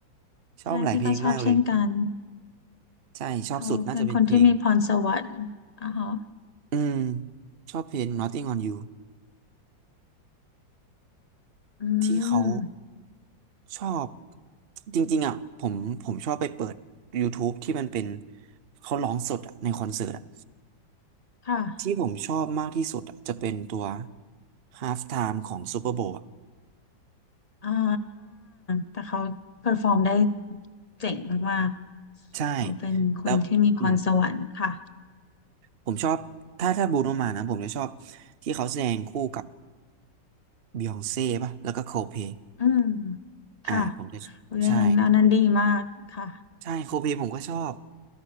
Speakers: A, on the right; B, on the left.
A: ชอบหลายเพลงมากเลย
B: ใช่พี่ก็ชอบเช่นกัน
A: ใช่ชอบสุดน่าจะเป็นเพลง
B: เขาเป็นคนที่มีพรสวรรค์อ่ะฮะ
A: อืมชอบเพลง Nothing on You
B: อื
A: ที่เขา
B: ม
A: ชอบจริงๆอ่ะผมผมชอบไปเปิด YouTube ที่มันเป็นเขาร้องสดอ่ะในคอนเสิร์ตอ่ะ
B: ค่ะ
A: ที่ผมชอบมากที่สุดอ่ะจะเป็นตัว Half Time ของ Super Bowl อ่ะ
B: อ่าแต่เขาเ e อร์ฟอร์มได้เจ๋งมากๆเขาเป็นคนที่มีพรสวรรค์ค่ะ
A: ใช่แล้วอืมผมชอบถ้าถ้าบรูโนมานะผมจะชอบที่เขาแสดงคู่กับบิยองเซ่ป่ะแล้วก็โคลด์เพลย์
B: อืมค่ะ
A: อ่าผมจะใช่
B: เพรานั้นอันนั้นดีมากค่ะ
A: ใช่โคลด์เพลย์ผมก็ชอบ